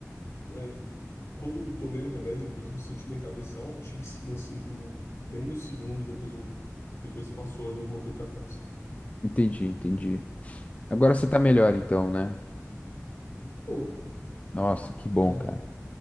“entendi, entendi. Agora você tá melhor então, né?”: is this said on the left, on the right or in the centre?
Left